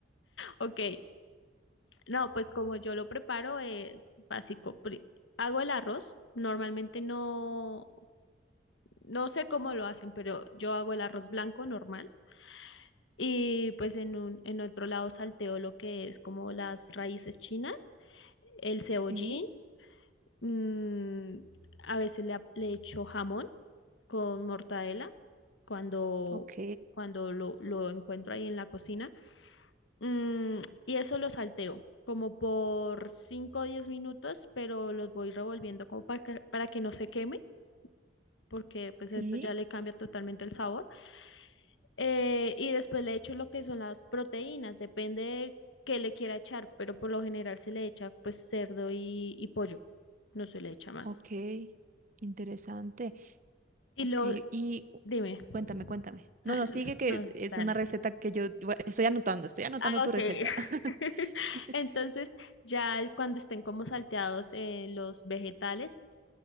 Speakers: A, on the left; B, on the right.
A: Ok, no, pues como yo lo preparo es básico. Pri- Hago el arroz. Normalmente no, no sé cómo lo hacen, pero yo hago el arroz blanco normal. Y pues en un, en otro lado salteo lo que es como las raíces chinas, el cebollín,
B: Sí,
A: mm, a veces le, ap- le echo jamón con mortadela cuando,
B: ok,
A: cuando lo, lo encuentro ahí en la cocina. Mm, y eso lo salteo como por 5 o 10 minutos, pero los voy revolviendo como para que, para que no se queme, porque pues
B: sí,
A: esto ya le cambia totalmente el sabor. Eh, y después le echo lo que son las proteínas, depende de qué le quiera echar, pero por lo general se le echa pues cerdo y, y pollo, no se le echa más.
B: ok, interesante,
A: Y
B: ok,
A: lo,
B: y cu-
A: dime,
B: cuéntame, cuéntame. No,
A: Ah,
B: no, sigue que
A: no,
B: es
A: dale.
B: una receta que yo yo estoy anotando, estoy anotando
A: Ah,
B: tu
A: ok.
B: receta.
A: <laughs>
B: <laughs>
A: Entonces, ya el- cuando estén como salteados eh, los vegetales,